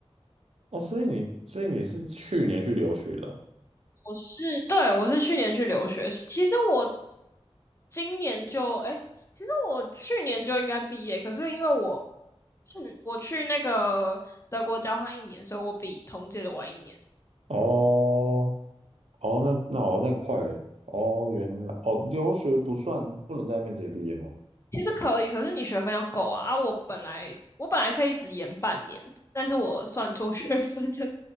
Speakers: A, on the right; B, on the left.
A: 哦，所以你所以你是去年去留学的哦？
B: 我是，对，我是去年去留学。其实我今年就，哎，其实我去年就应该毕业，可是因为我，嗯我去那个德国交换一年，所以我比同届的晚一年。
A: 哦哦，那那哦那快嘞！哦，原来哦，留学不算不能在那边直接毕业吗？
B: 其实可以，可是你学分要够啊。啊，我本来我本来可以只延半年，但是我算错学分了，